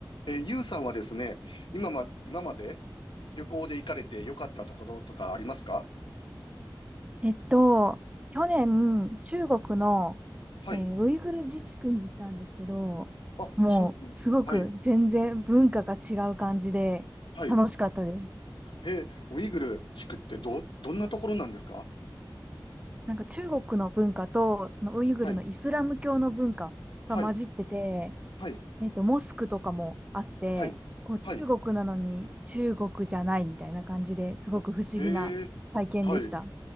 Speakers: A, on the left; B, on the right.
A: えー、ゆうさんはですね、今ま、今まで旅行で行かれて良かったところとかありますか
B: えっと、去年、中国の、
A: はい。
B: えーウイグル自治区に行ったんですけど、
A: あ、
B: もう、
A: 中、うんはい、
B: すごく全然文化が違う感じで、
A: はい。
B: 楽しかったです。
A: えー、ウイグル地区ってど、どんなところなんですか
B: なんか中国の文化と、そのウイグルのイスラム教の文化が混じってて、
A: はい、はい、はい、
B: えっと、モスクとかもあって、
A: はい、
B: こう、中国なのに中国じゃないみたいな感じですごく不思議な体験でした。
A: はい。あ、へえ、はい。